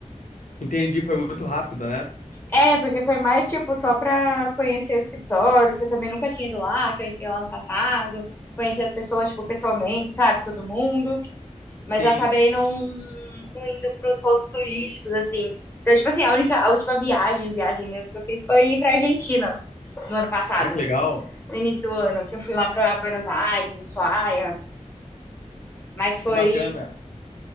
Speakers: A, on the left (about 85°); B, on the left (about 20°).
A: entendi, foi muito rápido, né?
B: É, porque foi mais, tipo, só pra conhecer o escritório, que eu também nunca tinha ido lá, que eu entrei lá no passado, conhecer as pessoas, tipo, pessoalmente, sabe, todo mundo. Mas
A: Sim.
B: eu acabei não, não indo pros pontos turísticos, assim. Então, tipo assim, a única, a última viagem, viagem mesmo que eu fiz foi ir pra Argentina no ano passado,
A: Ah, que legal.
B: no início do ano, que eu fui lá pra Buenos Aires, Ushuaia, mas foi,
A: Que bacana.